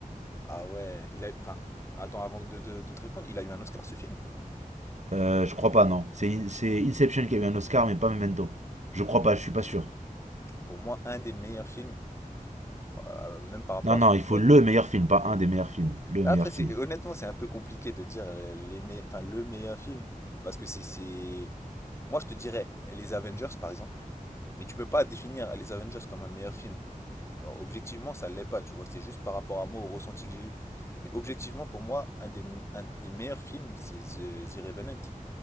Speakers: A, on the left (about 20°); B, on the right (about 55°).
A: Ah ouais, il a... Enfin, attends, avant de, de- de te répondre, il a eu un Oscar, ce film?
B: Euh, je crois pas, non. C'est In- c'est Inception qui a eu un Oscar, mais pas Memento. Je crois
A: Ok.
B: pas, je suis pas sûr.
A: Pour moi, un des meilleurs films, euh, même par rapport
B: Non, non,
A: à son
B: il
A: époque.
B: faut le meilleur film, pas un des meilleurs films. Le
A: Mais
B: meilleur
A: Après, c'est,
B: film.
A: honnêtement, c'est un peu compliqué de dire euh, les me- enfin, le meilleur film. Parce que c'est, c'est. Moi, je te dirais les Avengers, par exemple. Mais tu peux pas définir les Avengers comme un meilleur film. Alors, objectivement, ça l'est pas, tu vois. C'est juste par rapport à moi, au ressenti que j'ai eu. Mais objectivement, pour moi, un des, un des meilleurs films, c'est The, The Revenant,